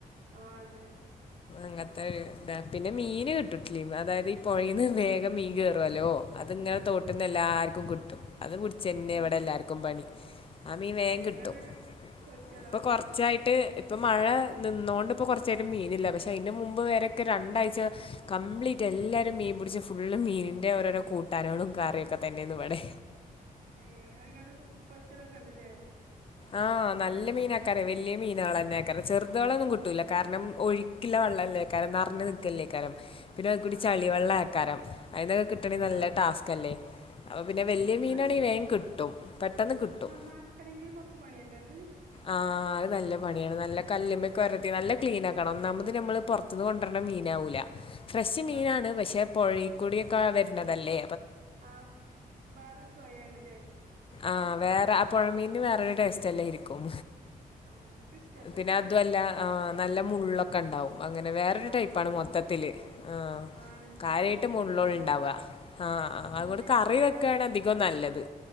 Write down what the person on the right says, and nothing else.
ആഹ് അതെ
ആ അതെ
ആ മീൻ
ഏ
ഇങ്ങട്ട് പൊരിച്ചലോ
അത്
ഏഹ് <inaudible> പൊരിച്ചലൊക്കെ ഉണ്ട്ല്ലേ
ആ ആ
അതെ
ആ
ആ
ഉം ഉം
അത്
നന്നാക്കണെങ്കിൽ കൊറച്ച് പണിയല്ലേ അത്
ആ അല്ലാതാ
ആഹ് വേറൊരു ചൊയേണ്ല്ലേ
ആ എനിക്കിഷ്ടല്ല
ആ
മുള്ളുണ്ടാവും
ആണ്
ഒരു കൊഴുപ്പ്
അധികാ
ഉം
കൊഴുപ്പു
ആണല്ലോ
അത്